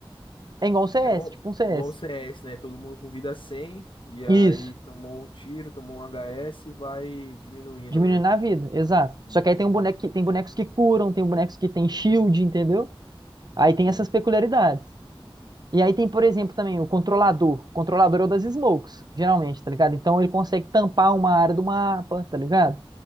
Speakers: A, on the right; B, on the left.
A: É igual um CS,
B: é igual...
A: tipo um CS.
B: igual um CS, né? Todo mundo com vida 100 e
A: Isso.
B: aí tomou um tiro, tomou um HS e vai diminuindo,
A: Diminuindo
B: né?
A: a vida, exato.
B: Hum,
A: Só que aí tem um boneco que,
B: Entendi.
A: tem bonecos que curam, tem bonecos que tem shield, entendeu? Aí
B: Entendi.
A: tem essas peculiaridades. E aí tem, por exemplo, também o controlador. O controlador é o das smokes, geralmente, tá ligado? Então ele consegue tampar uma área do mapa, tá ligado?